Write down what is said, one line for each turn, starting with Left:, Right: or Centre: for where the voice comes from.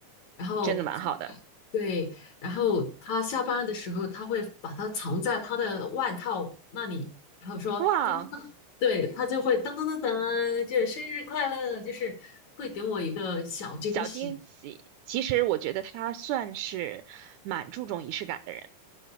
Left: 然后放在。
Right: 真的蛮好的。
Left: 对，然后他下班的时候，他会把它藏在他的外套那里，然后说噔，
Right: 哇，
Left: 对，他就会噔噔噔噔，就是生日快乐，就是会给我一个小惊喜。
Right: 小惊喜。其实我觉得他算是蛮注重仪式感的人。